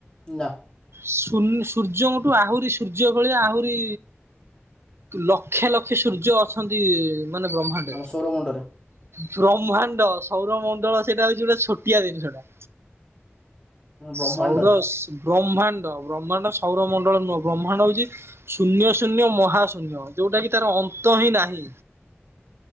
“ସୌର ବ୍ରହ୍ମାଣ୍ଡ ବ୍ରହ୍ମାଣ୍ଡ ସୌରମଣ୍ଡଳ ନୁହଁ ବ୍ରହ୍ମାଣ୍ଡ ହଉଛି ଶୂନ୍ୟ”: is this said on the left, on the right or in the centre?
Right